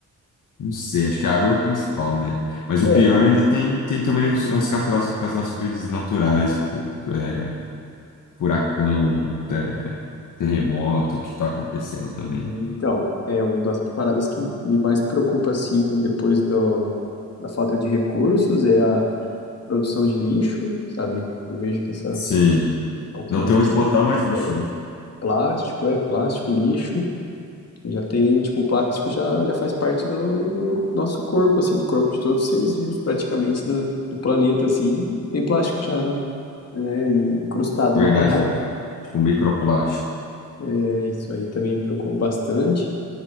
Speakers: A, on the left; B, on the left.
A: não sei, acho que a água é o principal, né? Mas o
B: É,
A: pior ainda tem, tem também os, as catástrofes, catástrofes naturais, tipo, é, furacão, é, terremoto que está acontecendo também.
B: então, é uma das paradas que me mais preocupa, assim, depois do, da falta de recursos, é a produção de lixo, sabe? Eu vejo que essa
A: Sim.
B: é um- também
A: Não
B: é
A: tem
B: uma questão
A: onde botar
B: muito
A: mais
B: séria.
A: lixo, né?
B: Plástico, é, plástico, lixo. Já tem, tipo, o plástico já, já faz parte do, do nosso corpo, assim, do corpo de todos os seres vivos, praticamente, do, do planeta, assim. Tem plástico já, né? né, encrustado
A: Verdade,
B: na parada.
A: né? Tipo, microplástico.
B: É, isso aí também me preocupa bastante.